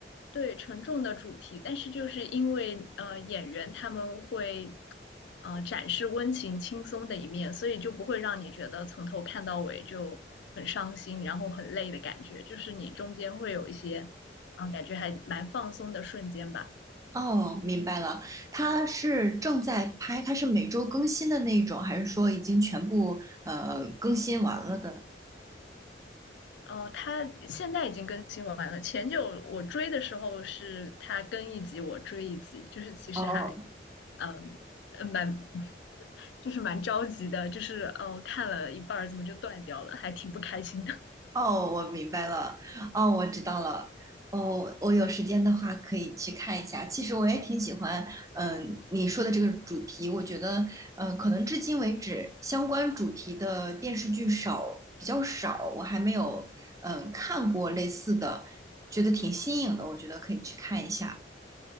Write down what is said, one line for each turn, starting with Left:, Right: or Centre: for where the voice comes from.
Left: 对沉重的主题，但是就是因为呃演员他们会呃展示温情轻松的一面，所以就不会让你觉得从头看到尾就很伤心，然后很累的感觉，就是你中间会有一些啊、呃感觉还蛮放松的瞬间吧。
Right: 哦，明白了，它是正在拍，它是每周更新的那种，还是说已经全部呃更新完了的？
Left: 哦，它现在已经更新完了。前久我追的时候是它更一集，我追一集，就是其实还，
Right: 哦
Left: 嗯，呃蛮，<laughs> 就是蛮着急的，就是呃看了一半儿怎么就断掉了，还挺不开心的。
Right: 哦，我明白了。哦，我知道了。哦，我有时间的话可以去看一下。其实我也挺喜欢，嗯，你说的这个主题，我觉得，嗯，可能至今为止相关主题的电视剧少，比较少，我还没有，嗯，看过类似的，觉得挺新颖的，我觉得可以去看一下。